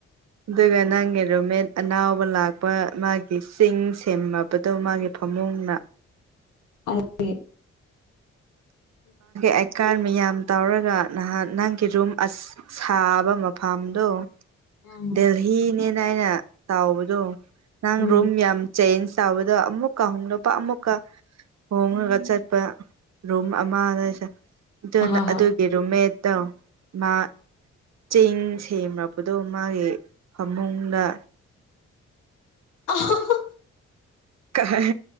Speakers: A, on the right (about 55°); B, on the left (about 80°).
A: ꯑꯗꯨꯒ ꯅꯪꯒꯤ ꯔꯨꯝꯃꯦꯠ ꯑꯅꯧꯕ ꯂꯥꯛꯄ ꯃꯥꯒꯤ ꯆꯤꯡ ꯁꯦꯝꯃꯕꯗꯣ ꯃꯥꯒꯤ ꯐꯃꯨꯡꯅ
B: <unintelligible>
A: ꯑꯦꯀꯥꯔ ꯃꯌꯥꯝ ꯇꯧꯔꯒ ꯅꯍꯥꯟ ꯅꯪꯒꯤ ꯔꯨꯝ ꯑꯁ ꯁꯥꯕ ꯃꯐꯝꯗꯣ
B: ꯎꯝ
A: ꯗꯦꯜꯍꯤꯅꯦꯅ ꯑꯩꯅ ꯇꯧꯕꯗꯣ ꯅꯪ
B: ꯎꯝ
A: ꯔꯨꯝ ꯌꯥꯝ ꯆꯦꯟꯖ ꯇꯧꯕꯗꯣ ꯑꯃꯨꯛꯀ ꯅꯨꯄꯥ ꯑꯃꯨꯛꯀ ꯍꯣꯡꯂꯒ ꯆꯠꯄ ꯔꯨꯝ ꯑꯃ ꯂꯩꯁ ꯑꯗꯨꯅ
B: ꯑꯍꯣꯏ
A: ꯑꯗꯨꯒꯤ
B: ꯍꯣꯏ
A: ꯔꯨꯝꯃꯦꯠꯇꯣ ꯃꯥ ꯆꯤꯟ ꯁꯦꯡꯂꯛꯄꯗꯣ ꯃꯥꯒꯤ ꯐꯃꯨꯡꯗ
B: <inaudible>
A: ꯀꯩ